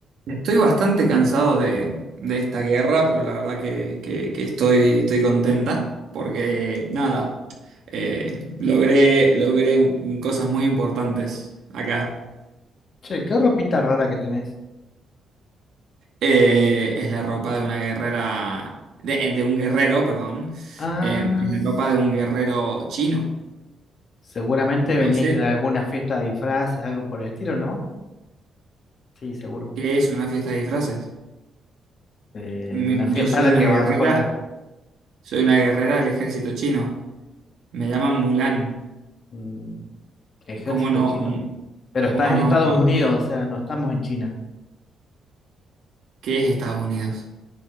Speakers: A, on the right; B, on the left.
A: Estoy bastante cansado de, de esta guerra, pero la verdad que, que- que estoy, estoy contenta porque, nada, eh, logré, logré cosas muy importantes acá.
B: Che, qué ropita rara que tenés.
A: Eh, es la ropa de una guerrera, de, de un guerrero, perdón.
B: Ah,
A: Eh, es la
B: s-
A: ropa de un guerrero chino.
B: seguramente venís
A: No sé
B: de alguna fiesta de disfraces, algo por el estilo, ¿no? Sí, seguro.
A: qué es una fiesta de disfraces.
B: Eh,
A: Mm,
B: una fiesta
A: Yo soy
B: a la
A: una
B: que
A: guerrera,
B: vas con la
A: soy una guerrera del ejército chino. Me llaman Mulan.
B: mm, ejército
A: ¿Cómo no?
B: chino. Pero estás
A: ¿Cómo
B: en
A: no,
B: Estados
A: no?
B: Unidos, o sea, no estamos en China.
A: ¿Qué es Estados Unidos?